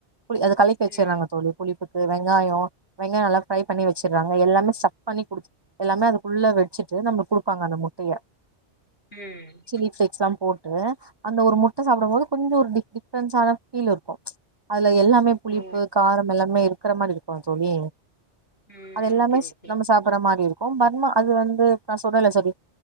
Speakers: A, on the right; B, on the left.
A: புளி அது கலக்கி வச்சர்றாங்க
B: ம்
A: தோழி புளிப்புக்கு வெங்காயோ வெங்காயோ நல்லா ஃப்ரை பண்ணி வச்சர்றாங்க எல்லாமே ஸ்டஃப் பண்ணி குடுத்து எல்லாமே அதுக்குள்ள வெச்சுட்டு நமக் குடுப்பாங்க அந்த முட்டய
B: ம்
A: சில்லி ஃபளேக்ஸ்லா போட்டு அந்த ஒரு முட்ட சாப்டும்போது கொஞ்ச ஒரு டி டிஃப்ரென்ஷான ஃபீல்ருக்கு அதுல எல்லாமே புளிப்பு
B: ஓ
A: காரம் எல்லாமே இருக்கற மாரி இருக்குமா தோழி
B: ம்
A: அது எல்லாமே
B: ஓகே ஓகே
A: நம்ம சாப்பற மாரி இருக்கும் பர்மா அது வந்து நா சொல்றேல தோழி